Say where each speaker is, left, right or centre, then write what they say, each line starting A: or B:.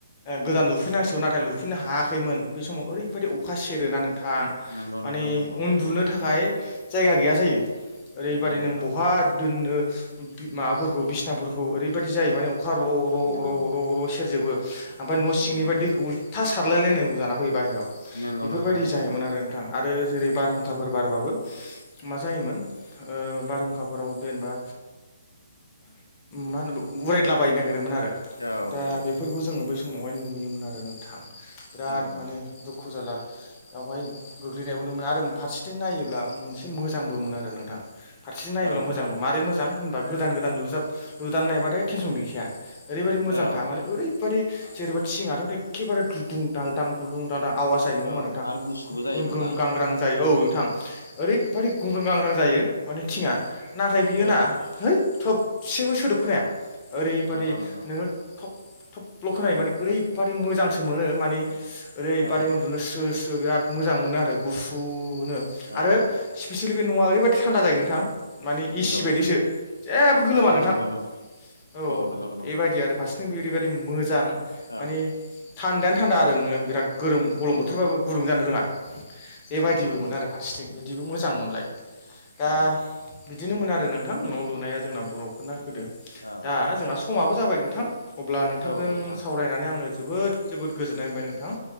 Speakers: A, on the left; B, on the left.
A: उम
B: गोदान लुफैनांसिगौ नुै सुफिननो हायाखैमोन बे समाव ओरैबायदि अखा सेरोना नोंथां
A: नंगौ
B: माने
A: नोंथां नंगौ
B: उन्दुनो थाखाय जायगा गैया जायो ओरैबादि
A: नंगौ नोंथां
B: नों बहा दोननो माबाफोरखौ बिसनाफोरखौ ओरैबाददि जायो माने अखा र' र'
A: नंगौ
B: र' र' र' सेरजोबो ओमफ्राय न' सिंनिफ्राय
A: नंगौ नोंथां
B: दैखौ थास खारलायलायनांगौ जाना फैयो बायहेरायाव
A: नंगौ
B: बेफोरबायदि
A: नोंथां नंगौ
B: जायोमोन आरो नोंथाङा आरो जेरै बारहुंखाफोर बारबाबो मा जायोमोन बारहुंखाफोराव जेनेबा
A: <inaudible>
B: मा होनो उरायदलाबायाय नागिर ओमोन आरो
A: औ
B: दा
A: औ
B: बेफोरखौ जोङो बै समावहाय नुयोमोन आरो नोंथां बिराद
A: औ नंगौ
B: माने दुखु जाला बेावहाय गोग्लैनायबो नु मोनो आरो फारसेथिं नायोब्ला मोनसे मोजांबो मोन आरो नोंथां फारसेथिं नायब्ला
A: औ
B: मोजांबो मारै मोजां होनबा गोदान गोदानज लुदनानै नायबाथाय टेनसन गैखाया ओरैबादि मोांख
A: औ
B: मान ओरैबाददि जेरैा थिङआथ' एखेबारे दुदुं दालदां दुदुं दालांव नङा
A: औ
B: मा नोंथां
A: आरो गुसुबो जायोमोन ना
B: गांग्रां जायो औ नोंथां ओरैबाददि गुंग्रों गांग्रां जायो माने थिं आ नाथाय बियोोना
A: औ
B: है थबसेबो सोदोबख्राया ओरैबादि
A: नंगौ नंगौ
B: नोङो थब थब्ल' खोनायो माने ओरैबादि मोजांसो मोनो माने ओरैबादि
A: औ
B: उन्दुनो स्रो स्रो बिराद मोजां मोनो आरो गुफुनो
A: औ
B: आरो स्पिसियेल बे नङा ओरैबायदि थान्दा जायो नोंथां माने
A: नंगौ
B: एसि बायदिसो जेबो गोलोमा
A: नंगौ
B: नोंथां
A: नंगौ
B: औ
A: नंगौ नंगौ
B: बेबायदि
A: नोंथां
B: आरो फारसेथिं बे ओरैबायदि मोजां
A: औ
B: माने थान्दायानो थान्दा आरो नोङो बिराद गोरों गलम
A: नंगौ
B: बोथोरबाबो
A: नंगौ
B: गुदुं जानो रोङा बेबायदिबोमोन
A: नंगौ नोंथां
B: आरो फारसेथिं बिदिबो मोजांमोनलाय दा
A: औ
B: बिदिनोमोन आरो नोंथां न' लुनाया जोंना बर'फोरना गोदो
A: औ
B: दा जोंना समाबो जाबाय नोंथां अब्ला नोंथांजों
A: औ नोंथां
B: सावरायनानै आङो जोबोद जोबोद गोजोननाय मोनबाय नोंथां